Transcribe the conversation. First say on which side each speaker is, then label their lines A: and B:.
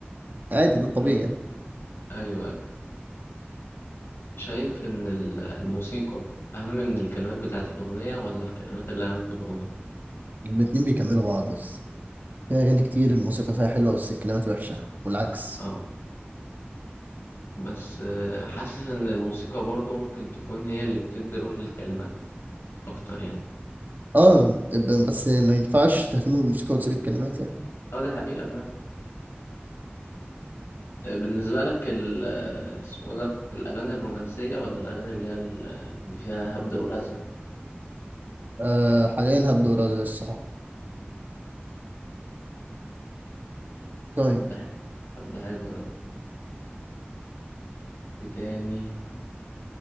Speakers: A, on the right; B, on the left.
A: عادي ده الطبيعي
B: امم
A: يعني
B: ايوه شايف إن ال- الموسيقى أهم من الكلمات بتاعة الأغنية ولا الكلمات اللي أهم من الأغنية؟
A: الاتنين بيكملوا بعض بس في اغاني كتير الموسيقى فيها حلوه بس الكلمات وحشه والعكس
B: آه بس آه، حاسس إن الموسيقى برضه ممكن تكون هي اللي بتدي روح للكلمات أكتر يعني
A: اه ب- بس ما ينفعش تهتم بالموسيقى وتسيب الكلمات يعني
B: آه دي حقيقة بقى بالنسبة لك ال آه، اسمه ده الأغاني الرومانسية ولا الأغاني اللي هي ال- آه، اللي فيها هبد ورزع؟
A: آه حاليا هبدأ ورزع الصراحة طيب
B: طب ده حلو، طب ده حلو ده إيه تاني؟